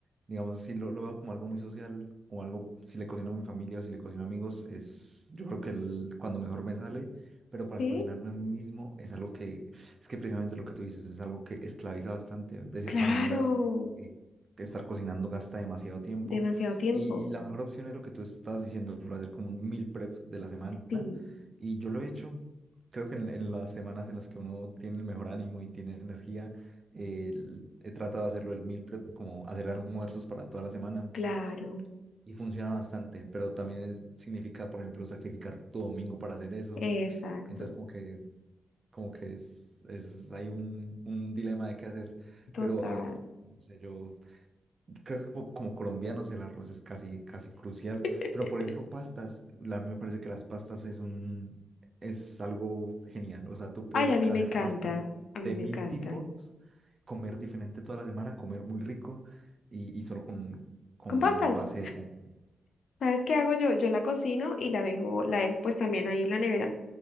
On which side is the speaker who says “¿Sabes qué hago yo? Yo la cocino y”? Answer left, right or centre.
Left